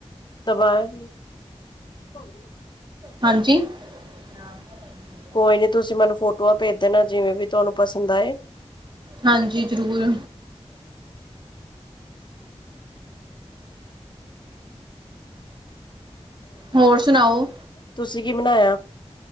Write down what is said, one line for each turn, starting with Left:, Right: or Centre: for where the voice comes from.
Left: ਸ ਬਏ <unintelligible>
Right: ਹਾਂਜੀ- ਆ ਲ <inaudible>
Left: ਕੋਈ ਨੀ ਤੁਸੀ ਮੈਨੂੰ ਫੋਟੋਆਂ ਭੇਜ ਦੇਣਾ ਜਿਵੇ ਵੀ ਤੁਹਾਨੂੰ ਪਸੰਦ ਆਏ-
Right: ਹਾਂਜੀ ਜ਼ਰੂਰ- ਹੋਰ ਸੁਣਾਓ
Left: ਤੁਸੀਂ ਕੀ ਬਣਾਇਆ